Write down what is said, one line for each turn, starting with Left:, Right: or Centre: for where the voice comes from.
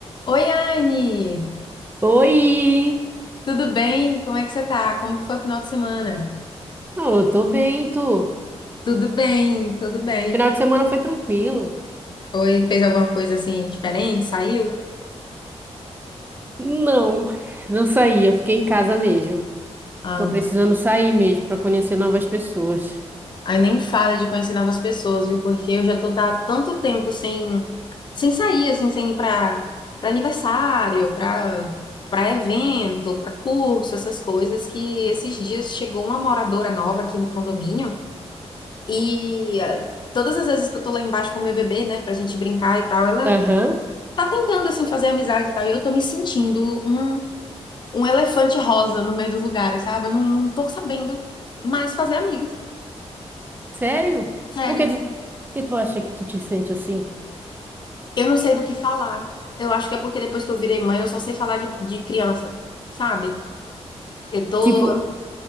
Left: Oi, Anne!
Right: Oi!
Left: Tudo bem? Como é que você tá? Como que foi o final de semana?
Right: Oh, eu tô bem, e tu?
Left: Tudo bem, tudo bem.
Right: Final de semana foi tranquilo.
Left: Foi, fez alguma coisa assim diferente? Saiu?
Right: Não, não saí, eu fiquei em casa mesmo.
Left: Ah,
Right: Tô precisando sair mesmo pra conhecer novas pessoas.
Left: aí nem fala de conhecer novas pessoas, viu? Porque eu já tô tá há tanto tempo sem sem sair, assim, sem ir pra para aniversário, pra para evento, pra curso, essas coisas que esses dias chegou uma moradora nova aqui no condomínio e ah, todas as vezes que eu tô lá embaixo com o meu bebê, né, pra gente brincar e tal, ela
Right: Aham,
Left: tá tentando, assim, fazer amizade e tal, e eu tô me sentindo um, um elefante rosa no meio dos lugares, sabe? Eu não, não tô sabendo mais fazer amigos,
Right: sério?
Left: sério.
Right: Por que tu, por que tu acha que tu te sente assim?
Left: Eu não sei do que falar. Eu acho que é porque depois que eu virei mãe, eu só sei falar de, de criança, sabe? Eu tô
Right: Tipo,